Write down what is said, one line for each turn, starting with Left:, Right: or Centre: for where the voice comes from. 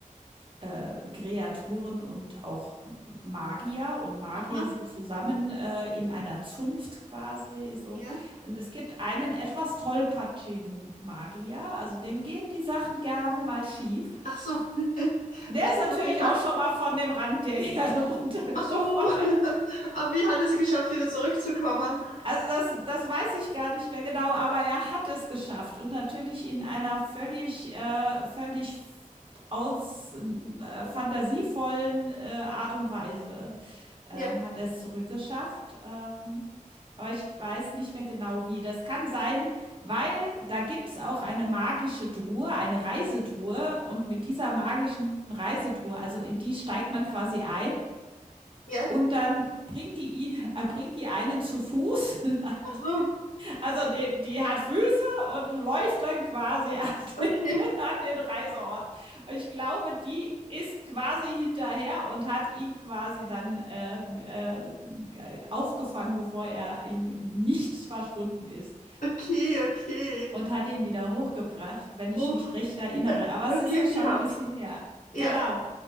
Right: äh, Kreaturen und auch M Magier und Magier
Left: aha,
Right: sind zusammen, äh, in einer Zunft quasi so.
Left: ja.
Right: Und es gibt einen etwas tollpatschigen Magier, also dem gehen die Sachen gerne mal schief.
Left: Ach so, <laughs>
Right: Und der
Left: der
Right: ist
Left: ist
Right: natürlich
Left: schon bekannt.
Right: auch schon mal von dem Rand der Erde <laughs> runtergefallen.
Left: Ach so, <laughs> aber wie hat es geschafft, wieder zurückzukommen?
Right: Also das, das weiß ich gar nicht mehr genau, aber er hat es geschafft und natürlich in einer völlig, äh, völlig aus äh, fantasievollen äh, Art und Weise ähm,
Left: Ja,
Right: hat er es zurückgeschafft. Ähm, aber ich weiß nicht mehr genau wie. Das kann sein, weil da gibt es auch eine magische Truhe, eine Reisetruhe. Und mit dieser magischen Reisetruhe, also in die steigt man quasi ein
Left: ja,
Right: und dann bringt die ihn, <laughs> äh, bringt die einen zu Fuß. <laughs>
Left: ach so,
Right: Also die, die hat Füße und läuft dann quasi an
Left: okay,
Right: den, <laughs> an den Reiseort. Und ich glaube, die ist quasi hinterher und hat ihn quasi dann äh, äh, aufgefangen, bevor er ihm nichts verschwunden ist.
Left: okay, okay.
Right: Und hat ihn wieder hochgebracht, wenn
Left: Oh,
Right: ich mich recht erinnere.
Left: <laughs> noch
Right: Aber es ist
Left: Glück
Right: ja schon
Left: gehabt.
Right: ein bisschen her. Genau.
Left: Ja,